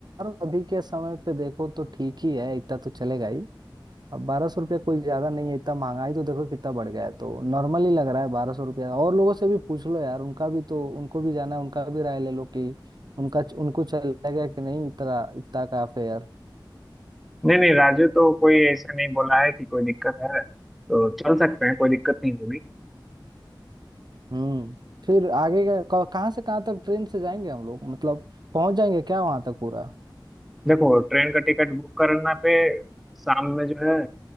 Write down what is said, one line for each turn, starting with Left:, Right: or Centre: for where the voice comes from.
Right: यार, अभी के समय पे देखो तो ठीक ही है इतना तो चलेगा ही अब बारह सौ रुपया कोई ज्यादा नहीं है इतना महंगाई तो देखो कितना बढ़ गया है तो नॉर्मल ही लग रहा है बारह सौ रुपया और लोगों से भी पूछ लो यार उनका भी तो उनको भी जाना है उनको भी राय ले लो कि उनका उनको चलेगा कि नहीं इतना इतना का फेयर
Centre: नहीं नहीं राजू तो कोई ऐसा नहीं बोला है कि कोई दिक्कत है तो चल सकते हैं कोई दिक्कत नहीं होगी
Right: हम्म फिर आगे का क- कहाँ से कहाँ तक ट्रेन से जाएंगे हम लोग मतलब पहुंच जाएंगे क्या वहां तक पूरा
Centre: देखो ट्रेन का टिकट बुक करना पे शाम में जो है